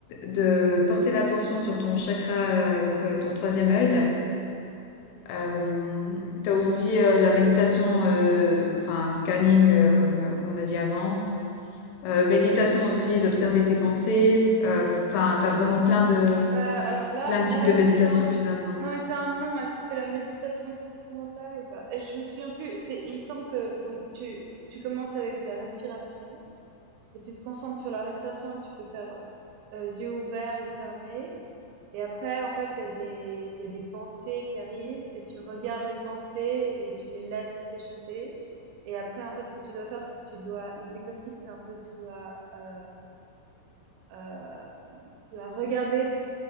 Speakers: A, on the left; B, on the right.
A: de porter l'attention sur ton chakra, euh, donc euh, ton troisième œil.
B: Mmh mh.
A: Euh, tu as aussi euh, la méditation, euh, enfin scanning, euh, comme, comme on a dit avant. Euh, méditation aussi, d'observer tes pensées. Euh, Enfin, t'as vraiment plein
B: Mmh,
A: de
B: ouais, alors là
A: plein de
B: là,
A: types de
B: il
A: méditation
B: me semble
A: finalement.
B: non, mais c'est un nom. Est-ce que c'est la méditation transcendantale ou pas? Et je me souviens plus. C'est il me semble que donc tu tu commences avec la respiration Et tu te concentres sur la respiration et tu peux faire, heu, yeux ouverts ou fermés et après en fait il y a des il y a des pensées qui arrivent et tu regardes les pensées et tu les laisses t'échapper et après en fait ce que tu dois faire, c'est que tu dois les exercices, c'est un peu tu dois, heu heu, tu dois regarder,